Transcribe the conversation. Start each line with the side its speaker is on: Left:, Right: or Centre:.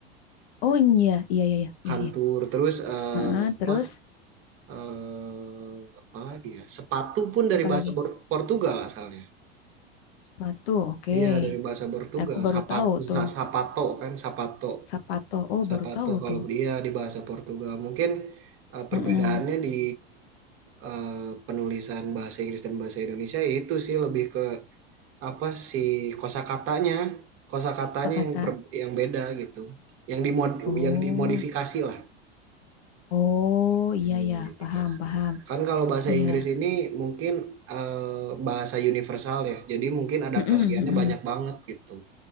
Left: Oh iya, iya, iya, iya, iya.
Right: kantur
Left: iya.
Right: terus eh,
Left: Heeh, terus
Right: apa eh, apa lagi ya sepatu pun dari
Left: apa
Right: bahasa
Left: lagi?
Right: Bor- Portugal asalnya
Left: Sepatu, oke.
Right: Iya dari bahasa Portugal,
Left: Eh, Aku baru
Right: sapat,
Left: tahu tuh.
Right: sa- sapato kan, sapato,
Left: Sapato, oh
Right: sapato
Left: baru tahu
Right: kalau
Left: tuh.
Right: dia di bahasa Portugal. Mungkin eh, perbedaannya
Left: Mm-mm.
Right: di eh, penulisan bahasa Inggris dan bahasa Indonesia itu sih lebih ke apa sih kosakatanya, kosakatanya
Left: Kosakata.
Right: yang per- yang beda gitu, yang dimod,
Left: Oh,
Right: yang dimodifikasi lah,
Left: oh
Right: kosakata
Left: iya
Right: yang dimodifikasi.
Left: ya, paham, paham.
Right: Kan kalau bahasa
Left: Iya.
Right: Inggris ini mungkin eh, bahasa universal ya, jadi mungkin adaptasiannya
Left: Mm-mm, mm-mm.
Right: banyak banget gitu.